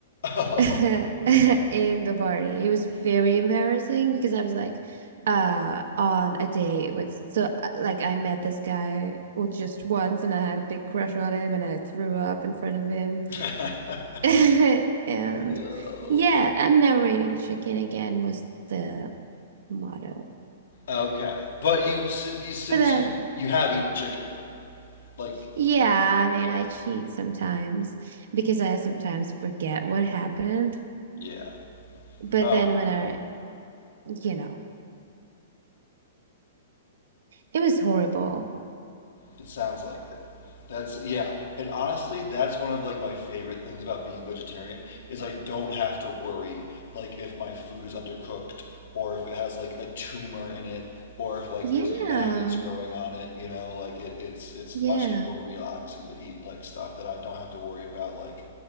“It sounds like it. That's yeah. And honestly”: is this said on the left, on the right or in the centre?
Left